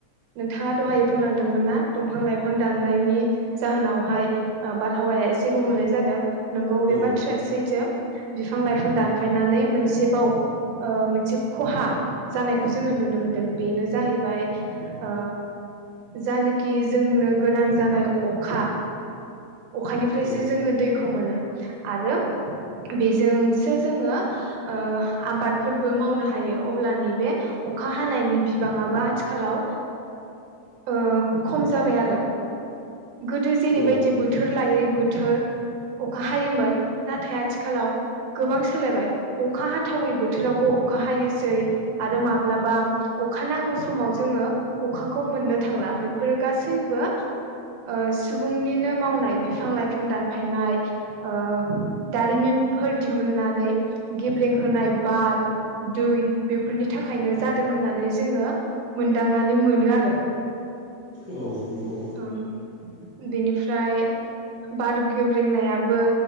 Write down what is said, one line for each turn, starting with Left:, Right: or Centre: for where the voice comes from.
Right: नोंथाङा दहाय बुंलांदोंमोन ना दंफां लाइफां दाननायनि जाहोनावहाय ओ बारहावाया एसे गुबुंले जादों। नंगौ बे
Left: औ
Right: बाथ्राया सैथो। बिफां लाइफां दानफायनानै मोनसेबाव ओ मोनसे खहा जानायखौ जोङो नुनो मोनदों। बेनो जाहैबाय ओ जानखि जोंनो गोनां जानाय अखा अखानिफ्रायसो
Left: नंगौ
Right: जोङो खौ मोनो आरो बेजोंसो जोङो ओ आबादफोरबो मावनो हायो अब्ला नैबे अखा हानायनि बिबाङाबो आथिखालाव ओ खम जाबाय आरो गोदो जेरैबायदि
Left: औ नंगौ
Right: बोथोर लायै बो थोर अखा हायोमोन। नाथाय आथिखालाव गोबां सोलायबाय अखा हाथावै बोथोरावबो अखा हायोसै आरो माब्लाबा अखा नांगौ समाव जोङो अखाखौ मोननो थांला बेफोरो गासैबो ओ सुबुंनिनो मावनाय बिफां लाइफां दान फायनाय ओ दारिमिनफोर दिहुननानै गेब्रें होनाय बार, दै बेफोरनि थाखायनो जादों होननानै जोङो मोनदांनानै मोनो आरो
Left: औ नंगौ।
Right: ओं बेनिफ्राय बार गोेब्रेंनायाबो